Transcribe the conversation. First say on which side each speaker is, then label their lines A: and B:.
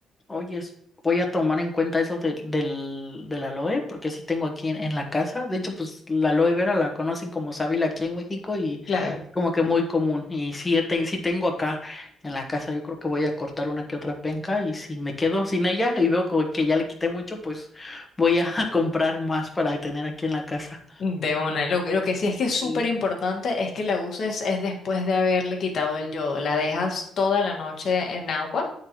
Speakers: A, on the left; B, on the left.
A: Oye, es- voy a tomar en cuenta eso de- del, del aloe, porque sí tengo aquí en, en la casa. De hecho, pues la aloe vera la conocen como sábila aquí en México y
B: Claro.
A: es como que muy común. Y sí, he ten- sí tengo acá en la casa. Yo creo que voy a cortar una que otra penca y si me quedo sin ella y veo como que ya le quité mucho, pues voy a <laughs> comprar más para tener aquí en la casa.
B: De una. Lo, que- lo que sí es que es
A: Sí.
B: súper importante es que la uses es después de haberle quitado el yodo. La dejas toda la noche en agua